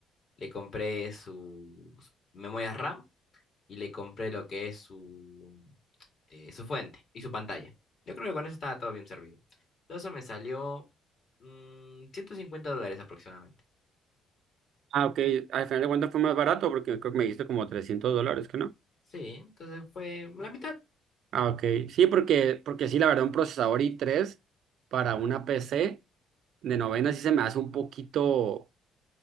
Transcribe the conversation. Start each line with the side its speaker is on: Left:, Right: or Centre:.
Left: Le compré sus memorias RAM y le compré lo que es su, eh, su fuente y su pantalla. Yo creo que con eso estaba todo bien servido. Todo eso me salió mm, 150 dólares aproximadamente.
Right: Ah, ok, al final de cuentas fue más barato porque creo que me dijiste como 300 dólares, ¿que no?
Left: Sí, entonces fue la mitad.
Right: Ah, ok. Sí, porque, porque sí, la verdad, un procesador i tres para una PC de novena sí se me hace un poquito,